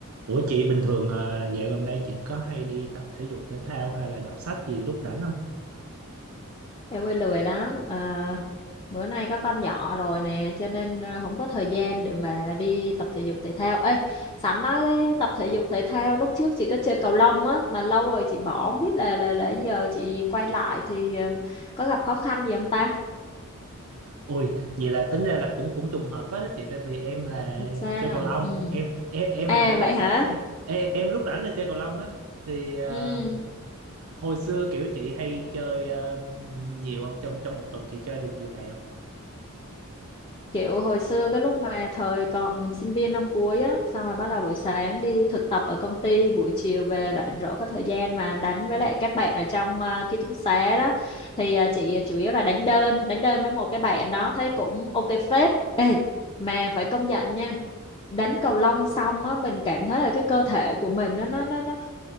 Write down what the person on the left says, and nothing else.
Em quê lười lắm à, bữa nay có con nhỏ rồi nè cho nên à, không có thời gian để mà đi tập thể dục thể thao ê sẵn nói đấy tập thể dục thể thao lúc trước chị có chơi cầu lông á mà lâu rồi chị bỏ không biết là là là giờ chị quay lại thì à, có gặp khó khăn gì không ta
Ừ, sao
ừ.
à
vậy hả
ừ
Kiểu hồi xưa cái lúc mà thời còn sinh viên năm cuối á, xong rồi bắt đầu buổi sáng đi thực tập ở công ty, buổi chiều về rảnh rỗi có thời gian mà đánh với lại các bạn ở trong à, ký túc xá đó. Thì à, chị ờ, chủ yếu là đánh đơn, đánh đơn với một cái bạn đó thấy cũng ok phết. Ê, mà phải công nhận nha. đánh cầu lông xong á mình cảm thấy là cái cơ thể của mình nó nó nó nó